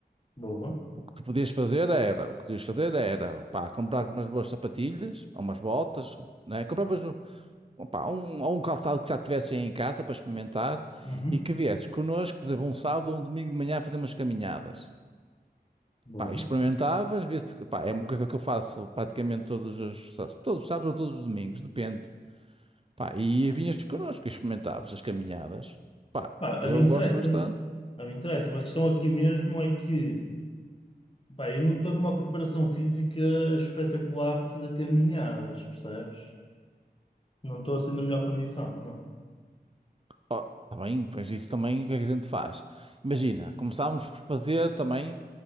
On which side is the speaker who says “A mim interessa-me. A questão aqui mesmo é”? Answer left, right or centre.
Left